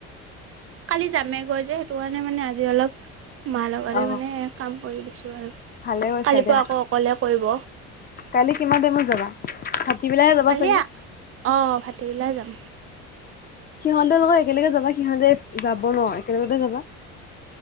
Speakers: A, on the right (about 45°); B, on the left (about 30°).
A: কালি যামেগৈ যে সেইটো কাৰণে মানে আজি অলপ মাৰ লগতে
B: অ
A: মানে কাম কৰি দিছোঁ আৰু।
B: ভালে কৈইছা
A: কালিৰ
B: দিয়া।
A: পৰা আকৌ অকলে কৰিব
B: কালি কিমান টাইমত যাবা? ভাটিবেলাহে যাবা
A: কালি
B: চাগে
A: আ অ ভাটিবেলাই যাম।
B: সিহঁতে লগত একেলগে যাবা সিহঁতে যাব ন। একেলগতে যাবা।